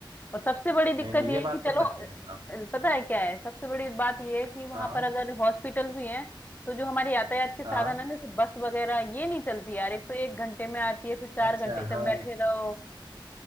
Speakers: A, on the left (about 20°); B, on the right (about 70°).
A: और सबसे बड़ी दिक्कत
B: नहीं नहीं ये
A: ये है कि
B: बात तो
A: चलो
B: सच
A: अ,
B: है हाँ
A: पता है क्या है सबसे बड़ी बात ये है कि वहां
B: हाँ
A: पर अगर हॉस्पिटल भी हैं तो जो हमारे यातायात के साधन
B: हाँ,
A: है ना, जैसे बस वगैरह ये नहीं चलती यार एक तो एक घंटे में आती है फिर चार
B: अच्छा
A: घंटे तक
B: हाँ
A: बैठे रहो